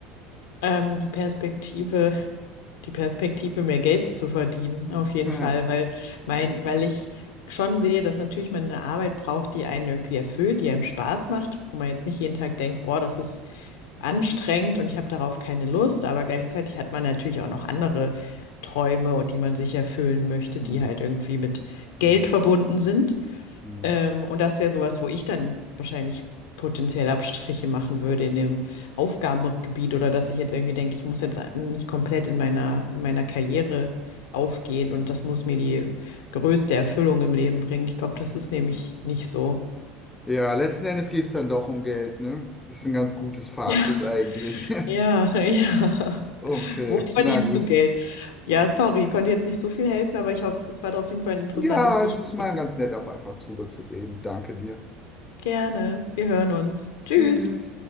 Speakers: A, on the left (about 80°); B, on the left (about 15°).
A: Ähm, die Perspektive, die Perspektive, mehr Geld zu verdienen, auf jeden
B: <laughs> Naja.
A: Fall, weil mein, weil ich schon sehe, dass natürlich man eine Arbeit braucht, die einen irgendwie erfüllt, die einem Spaß macht, wo man jetzt nicht jeden Tag denkt, boah, das ist anstrengend und ich habe darauf keine Lust, aber gleichzeitig hat man natürlich auch noch andere Träume und die man sich erfüllen möchte,
B: Hm.
A: die halt irgendwie mit
B: Hm.
A: Geld verbunden sind.
B: Hm.
A: Ähm, und das wäre sowas, wo ich dann wahrscheinlich potenziell Abstriche machen würde in dem Aufgabengebiet oder dass ich jetzt irgendwie denke, ich muss jetzt mich komplett in meiner, in meiner Karriere aufgehen und das muss mir die größte Erfüllung im Leben bringen. Ich glaube, das ist nämlich nicht so.
B: Ja, letzten Endes geht es dann doch um Geld, ne? Das ist ein ganz gutes Fazit
A: <laughs>
B: eigentlich.
A: Ja,
B: <laughs>
A: ja, ja.
B: Okay,
A: Wo verdienst
B: na gut.
A: du Geld? Ja, sorry, ich konnte jetzt nicht so viel helfen, aber ich hoffe, es war auf jeden Fall ein interessantes
B: Ja,
A: Gespräch.
B: es ist mal ganz nett, auch einfach drüber zu reden. Danke dir.
A: Gerne. Wir hören uns. Tschüss.
B: Tschüss.